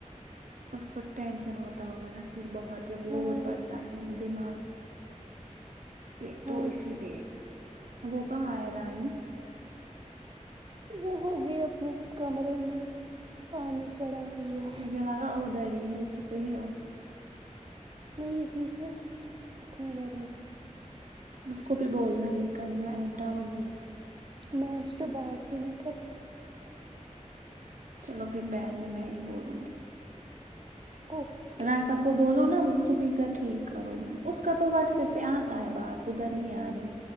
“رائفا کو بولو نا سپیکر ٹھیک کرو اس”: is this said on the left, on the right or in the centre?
Right